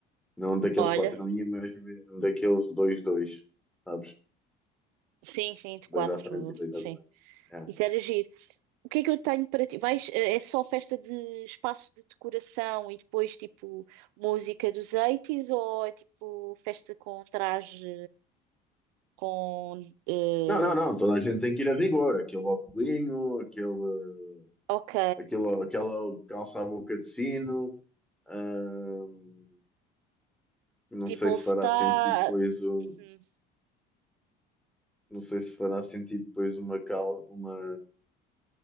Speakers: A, in the centre; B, on the right.
A: Não daqueles
B: Olha,
A: quatro em linha, mas mesmo daqueles dois, dois, sabes?
B: sim, sim, de quatro,
A: Dois à frente e dois
B: sim.
A: atrás. É.
B: Isso era giro. O que é que eu tenho para ti? Vais, eh, é só festa de espaço de decoração e depois tipo música dos 80 ou é tipo festa com traje com eh,
A: Não, não, não, toda a gente tem que ir a rigor. Aquele óculinho, aquele,
B: ok,
A: aquele, aquela calça-boca de sino. ahm, não
B: tipo
A: sei se
B: All Star.
A: fará sentido depois o.
B: Uhum.
A: Não sei se fará sentido depois uma cal, uma